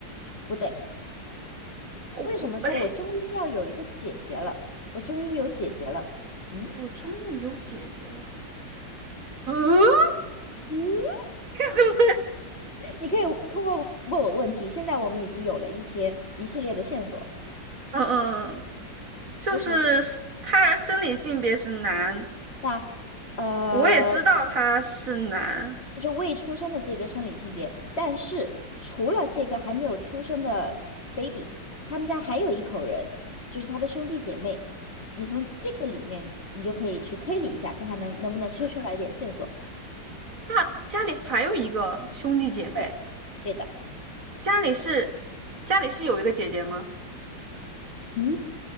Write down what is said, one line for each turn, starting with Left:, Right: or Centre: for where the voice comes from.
Left: 不对。
Right: 我我哎，
Left: 为什么说我终于要有一个姐姐了？我终于有姐姐了。嗯，
Right: 我终于有姐姐了。嗯，<laughs> 为
Left: 嗯，
Right: 什么？
Left: 你可以通过问我问题。现在我们已经有了一些一系列的线索，
Right: 嗯嗯，就是他生理性别是男，
Left: 就是那呃，
Right: 我也知道他是男。
Left: 就是未出生的这个生理性别，但是除了这个还没有出生的 baby，他们家还有一口人，就是他的兄弟姐妹。你从这个里面，你就可以去推理一下，看看能能不能推出来一点线索。
Right: 是那家里还有一个兄弟姐妹，
Left: 对，对的。
Right: 家里是家里是有一个姐姐吗？
Left: 嗯，